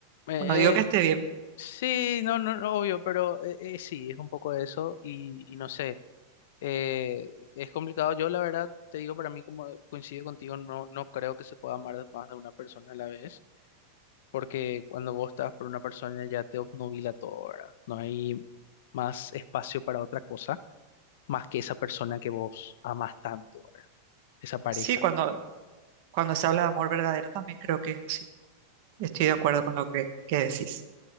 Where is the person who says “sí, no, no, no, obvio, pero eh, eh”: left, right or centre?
Left